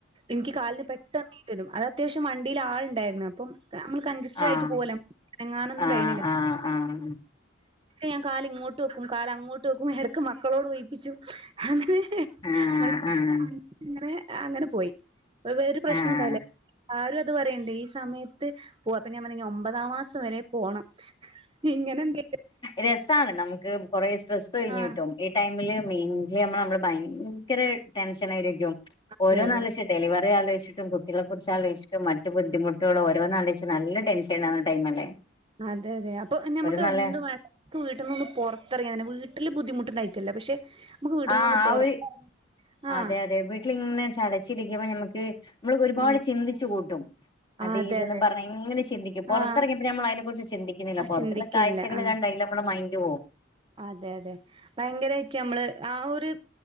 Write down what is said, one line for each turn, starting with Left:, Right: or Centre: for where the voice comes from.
Right: ഇൻക്ക് കാൻന് പെട്ടെന്ന് നീര് വരും അത് അത്യാവശ്യം വണ്ടീല് ആളിണ്ടായിരുന്ന് അപ്പം നമ്മള് കഞ്ജസ്റ്റഡ്
Left: ആഹ്
Right: ആയിട്ട് പോവല്ലേ അനങ്ങാനൊന്നും
Left: ആഹ്
Right: കഴിയണില്ല
Left: ആഹ് ആഹ്
Right: ഞാൻ കാല് ഇങ്ങോട്ട് വെക്കും കാല് അങ്ങോട്ട് വെക്കും ഇടക്ക് മക്കളോട് ഉഴിപ്പിച്ചും അങ്ങനെ
Left: ആഹ്
Right: അങ്ങനെ
Left: ആഹ്
Right: അങ്ങനെ പോയി വേറൊരു പ്രശ്നം
Left: ആഹ്
Right: ഉണ്ടായില്ല ആരും പറയണ്ട് ഈ സമയത്ത് പോവാ അപ്പോ ഞാൻ പറഞ്ഞു ഇനി ഒമ്പതാം മാസം വരെ പോണം ഇങ്ങനെ എന്തെങ്കിലും
Left: രസാണ് നമുക്ക് കൊറേ സ്ട്രെസ്സ് കഴിഞ്ഞ്
Right: ആഹ്
Left: കിട്ടും ഈ ടൈമില് മെയിൻ <unintelligible> നമ്മള് ഭയങ്കര ടെൻഷനായിരിക്കും
Right: അതെ
Left: ഓരോന്ന്‌
Right: അതെ
Left: ആലോചിച്ച് ഡെലിവറി ആലോചിച്ചിട്ടും കു ട്ടികളെ കുറിച്ച് ആലോചിച്ചിട്ടും മറ്റു ബുദ്ധിമുട്ടുകള് ഓരോന്ന് ആലോചിച്ച് നല്ല ടെൻഷൻ ഉണ്ടാവുന്ന ടൈമല്ലേ
Right: അതെ അതെ അപ്പൊ ഞമ്മക്ക്
Left: ഒരു നല്ല
Right: എന്തും വേ എനിക്ക് വീട്ടീന്നൊന്ന് പുറത്തിറങ്ങിയാ മതി വീട്ടില് ബുദ്ധിമുട്ട് ഇണ്ടായിട്ടല്ല പക്ഷെ നമുക്ക് വീട്ടിൽന്നൊന്ന്
Left: ആഹ് ആ
Right: പുറത്ത്
Left: ഒരു
Right: ആഹ്
Left: അതെ അതെ വീ ട്ടിലിങ്ങനെ ചടച്ചിരിക്കുമ്പോ ഞമ്മക്ക് നമ്മളൊക്കെ ഒരുപാട്
Right: ആഹ്
Left: ചിന്തിച്ചു കൂട്ടും അത്
Right: അതെ
Left: ഇതെന്നും പറഞ്ഞ് എങ്ങനെ ചിന്തിക്കും പുറത്തിറങ്ങിയാ
Right: ആഹ്
Left: പിന്നേ നമ്മൾ അതിനെ കുറിച്ച് ചിന്തി ക്കുന്നില്ല പുറത്തുള്ള
Right: ചിന്തിക്കലില്ല
Left: കാഴ്ചകൾ
Right: ആഹ്
Left: കണ്ട്‌ അയ്ല് നമ്മടെ മൈന്റ് പോകും
Right: അതെ അതെ ഭയങ്കരമായിട്ട് നമ്മള് ആ ഒരു